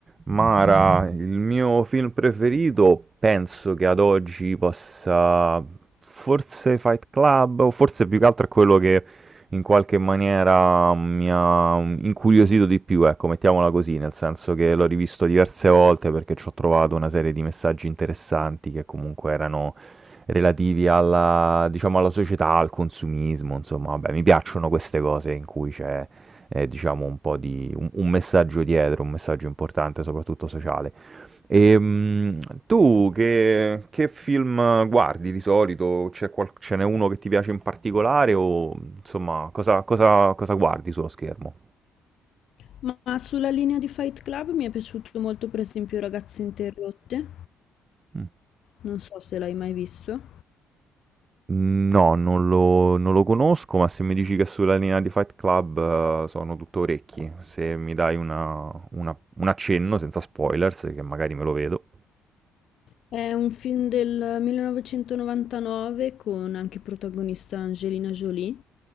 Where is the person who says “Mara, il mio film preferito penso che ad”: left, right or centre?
Right